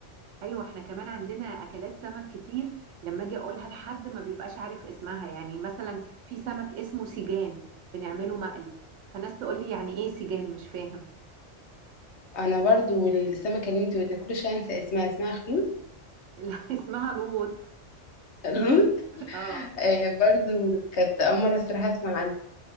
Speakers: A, on the right; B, on the left.
A: ايوه احنا كمان عندنا اكلات سمك كتير لما اجي اقولها لحد ما بيبقاش عارف اسمها يعني مثلا في سمك اسمه سيجان بنعمله مقلي فناس تقول لي يعني ايه سيجان مش فاهم
B: انا برضو السمكه اللي انتوا كل شويه انسى اسمها اسمها خلود
A: <laughs> لا اسمها لوط
B: <laughs> خلود
A: اه
B: آه برضو كانت اول مره الصراحه اسمع